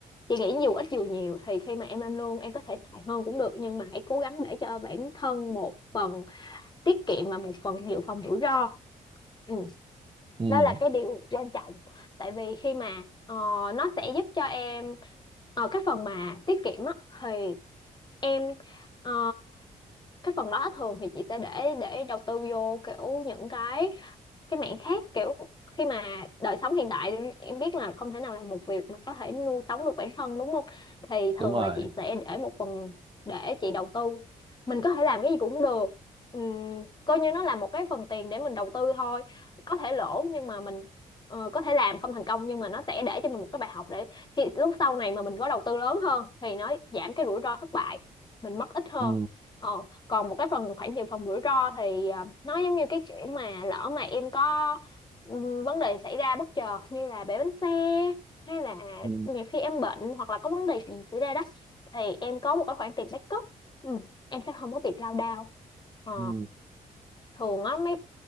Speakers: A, on the left; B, on the right.
A: chị nghĩ dù ít dù nhiều thì khi mà em lên lương em có thể xài hơn cũng được nhưng mà hãy cố gắng để cho bản thân một phần tiết kiệm và một phần dự phòng rủi ro ừ
B: ừ,
A: đó là cái điều quan trọng tại vì khi mà ờ, nó sẽ giúp cho em ờ, cái phần mà tiết kiệm á thì em ờ, cái phần đó thường thì chị sẽ để để đầu tư vô kiểu những cái cái mảng khác kiểu khi mà đời sống hiện đại em biết là không thể nào làm một việc mà có thể nuôi sống được bản thân đúng không thì thường
B: đúng rồi
A: là chị sẽ để một phần để chị đầu tư mình có thể làm cái gì cũng được Ừm, coi như nó là một cái phần tiền để mình đầu tư thôi có thể lỗ nhưng mà mình ờ, có thể làm không thành công nhưng mà nó sẽ để cho mình một cái bài học để khi lúc sau này mà mình có đầu tư lớn hơn thì nó giảm cái rủi ro thất bại mình mất ít hơn
B: ừ,
A: Ờ, còn một cái phần khoản dự phòng rủi ro thì à, nó giống như cái kiểu mà lỡ mà em có ừm, vấn đề xảy ra bất chợt như là bể bánh xe hay là
B: ừ,
A: nhiều khi em bệnh hoặc là có vấn đề gì xảy ra đó thì em có một cái khoản tiền backup ừ, em sẽ không có bị lao đao Ờ,
B: ừ,
A: thường á mấy